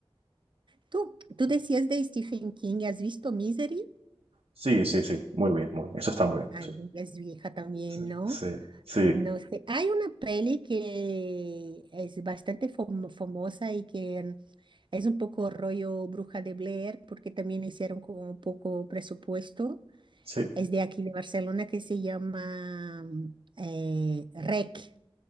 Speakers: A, on the right (about 55°); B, on the right (about 80°).
A: Tú, tú decías de Stephen King, ¿has visto Misery?
B: Sí, sí, sí. Muy bien, muy bien. Eso está muy bien.
A: Ah,
B: Sí,
A: Es vieja también,
B: sí,
A: ¿no?
B: sí, sí.
A: No sé. Hay una peli que es bastante fam- famosa y que es un poco rollo Bruja de Blair, porque también hicieron como un poco presupuesto.
B: sí.
A: Es de aquí de Barcelona que se llama eh, REC.